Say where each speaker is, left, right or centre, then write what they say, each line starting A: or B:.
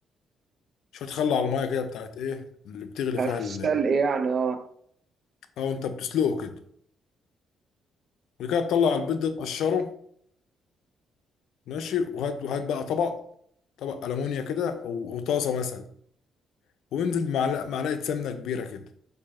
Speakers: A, on the left; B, on the right.
A: شويه خل على الميه كده بتاعت ايه اللي بتغلي
B: بتاعت
A: فيها
B: السلق
A: البيض
B: يعني اه
A: او انت بتسلقه كده وبعد كده تطلع البيض ده تقشره ماشي وهات وهات بقى طبق طبق ألمونيا كده أو وطاسة مثلا وانزل بمعلقة معلقة سمنة كبيرة كده